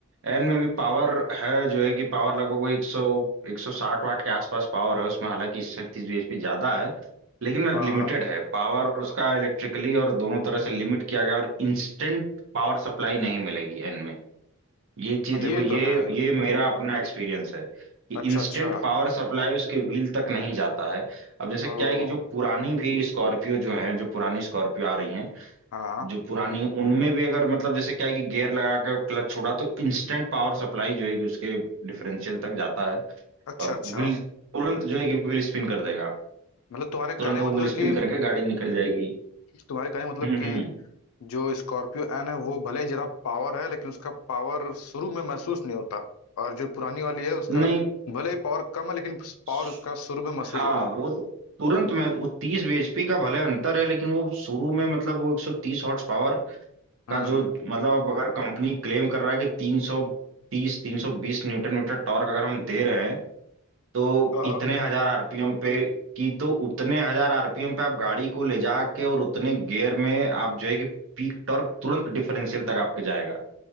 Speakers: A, on the right (about 60°); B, on the left (about 75°).
A: एन में भी पावर है जो है कि पावर लगभग वो एक सौ एक सौ साठ वाट के आसपास पावर है उसमें हालांकि इससे तीस bhp ज्यादा है लेकिन
B: हाँ
A: लिमिटेड
B: हाँ
A: है पावर उसका इलेक्ट्रिकली और दोनों तरह से लिमिट किया गया और इंस्टेंट पावर सप्लाई नहीं मिलेगी एन में ये चीज
B: हाँ,
A: देखो
B: ये
A: ये
B: तो है
A: ये मेरा अपना एक्सपीरियंस है कि
B: अच्छा
A: इंस्टेंट
B: अच्छा
A: पावर सप्लाई उसके व्हील तक नहीं जाता है अब जैसे
B: ओ
A: क्या है कि जो पुरानी भी स्कॉर्पियो जो है जो पुरानी स्कॉर्पियो आ रही हैं
B: हाँ
A: जो पुरानी उनमें भी अगर मतलब जैसे क्या है कि गियर लगा कर क्लच छोड़ा तो इंस्टेंट पावर सप्लाई जो है कि उसके डिफरेंशियल तक जाता है
B: अच्छा
A: और
B: अच्छा
A: व्हील तुरंत जो है कि व्हील स्पिन कर देगा
B: मतलब तुम्हारे कहने
A: तुरंत
B: का
A: वो
B: मतलब
A: व्हील स्पिन
B: कि
A: करके गाड़ी निकल जाएगी
B: तुम्हारे कहने का मतलब
A: हम्म
B: कि
A: हम्म
B: जो स्कॉर्पियो एन है वो भले ही ज्यादा पावर है लेकिन उसका पावर शुरू में महसूस नहीं होता और जो पुरानी वाली है उसका
A: नहीं
B: भले ही पावर कम है लेकिन पावर
A: स-
B: उसका शुरू में महसूस
A: हाँ
B: होता है
A: वो तुरंत में वो तीस bhp का भले अंतर है लेकिन वो शुरू में मतलब वो 130 हॉर्स पावर
B: हम्म
A: का
B: हम्म
A: जो मतलब अब अगर कंपनी क्लेम कर रहा है कि 330 320 न्यूटन मीटर टॉर्क अगर हम दे रहे हैं तो
B: हाँ
A: इतने हजार आरपीएम पे की तो उतने हजार आरपीएम पे आप गाड़ी को ले जाके और उतने गियर में आप जो है कि पीक टॉर्क तुरंत डिफरेंशियल तक आपके जाएगा